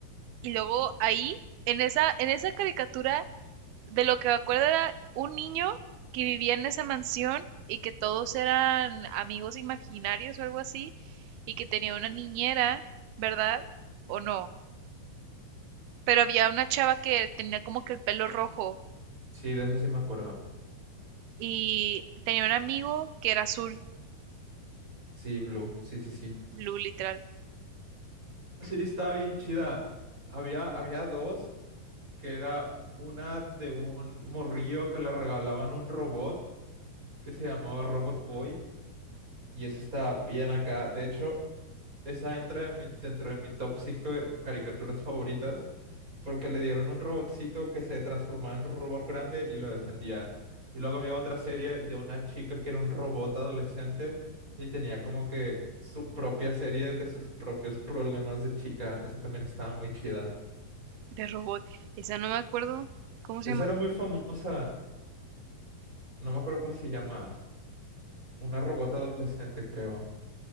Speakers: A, on the right; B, on the right.
A: Y luego ahí, en esa, en esa caricatura, de lo que me acuerdo era un niño que vivía en esa mansión y que todos eran amigos imaginarios o algo así, y que tenía una niñera, ¿verdad? ¿O no? Pero había una chava que tenía como que el pelo rojo
B: Sí, de eso sí me acuerdo.
A: Y tenía un amigo que era azul,
B: Sí, Blue. Sí, sí, sí.
A: blue literal,
B: La serie estaba bien chida. Había, había dos, que era una de un morrillo que le regalaban un robot que se llamaba Robot Boy. Y esa está bien acá. De hecho, esa entra en mi- dentro de mi top 5 de caricaturas favoritas. Porque le dieron un robotcito que se transformaba en un robot grande y lo defendía. Y luego había otra serie de una chica que era un robot adolescente y tenía como que su propia serie de sus propios problemas de chica. Esa también estaba muy chida.
A: de robot. Esa no me acuerdo cómo se
B: Esa
A: llama.
B: era muy famosa. No me acuerdo cómo se llama. Una robot adolescente, creo.